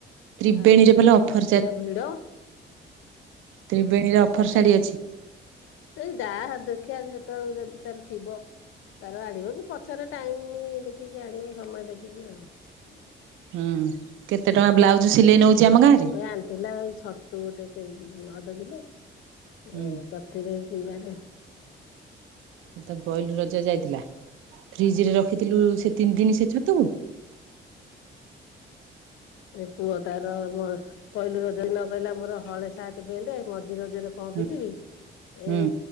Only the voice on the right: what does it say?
ତ୍ରିବେଣୀରେ
ଭଲ ଅଫର
ତ୍ରିବେଣୀରେ ଅଫର ଶାଢୀ ଅଛି।
ହୁଁ କେତେ ଟଙ୍କା ବ୍ଲାଉଜ ସିଲେଇ ନେଉଛି
ଆମ ଗାଁ ରେ।
ହୁଁ
ସେ ତ ପହିଲି ରଜ ଯାଇଥିଲା ଫ୍ରିଜ ରେ ରଖିଥିଲୁ ସେ ତିନି ଦିନ ସେ ଛତକୁ
ହୁଁ
ହୁଁ